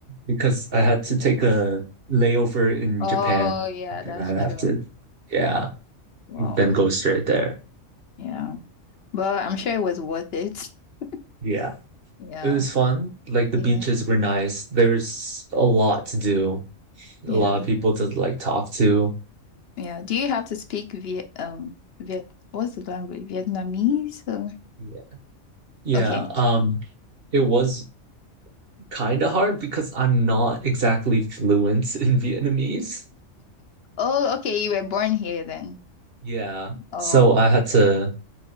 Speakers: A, on the right; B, on the left.
A: Because I had to take a layover in
B: Oh,
A: Japan
B: yeah,
A: and
B: that's
A: then I'd
B: true.
A: have to yeah,
B: Wow.
A: then go straight there.
B: Yeah. But I'm sure it was worth it. <laughs>
A: Yeah.
B: Yeah.
A: It was fun. Like the
B: Yeah.
A: beaches were nice. There was a lot to do,
B: Yeah.
A: a lot of people to like talk to.
B: Yeah. Do you have to speak Viet um Viet what's the language? Vietnamese? Or...
A: Yeah. Yeah,
B: Okay.
A: um it was kind of hard because I'm not exactly fluent <laughs> in Vietnamese.
B: Oh, okay, you were born here then.
A: Yeah.
B: Oh,
A: So I had to